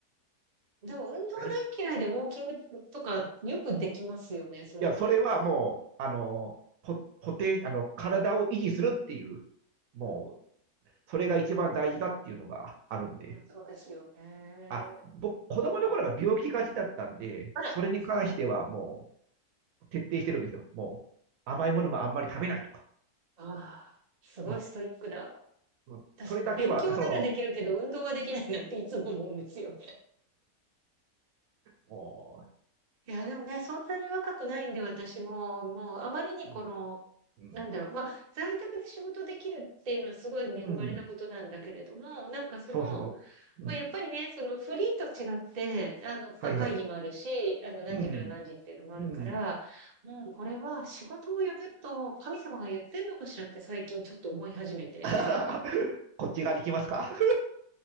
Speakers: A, on the right; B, on the right.
A: あ。でも運動大嫌いでウォーキングとかよくできますよね。
B: ある
A: その、
B: いや、それはもう、あの、ポ、ポテン、あの、体を維持するっていう、もう、それが一番大事だっていうのがあるんで。
A: そうですよね。
B: あ、僕、子供の頃が病気がちだったんで、
A: あら、
B: それに関してはも
A: そうなん
B: う、徹底してるんですよ。
A: だ。
B: もう、甘いものもあんまり食べないとか。
A: ああ、すごいストイックだ。
B: もう、もうそれだけは、
A: 私、勉強ならできるけど運動はできないなっていつも思うんですよ。
B: その、も
A: いや、でもね、そんなに若くないんで、私も、もう、あまりにこの、
B: う、うん、うん、
A: なんだろう、まあ、在宅で仕事できるっていうのはすごい恵まれたことなんだけれども、
B: うん
A: なんかその、
B: そうそう。
A: まあ、
B: うん。
A: やっぱりね、そのフリーと違って、あの、
B: はいはい。
A: まあ、会議もあるし、あの、何時から何時っていうのもあるから、
B: うん。うん。
A: もうこれは仕事を辞めると神様が言ってんのかしらって最近ちょっと思い始めて。
B: <laughs> こっち側できますか <laughs>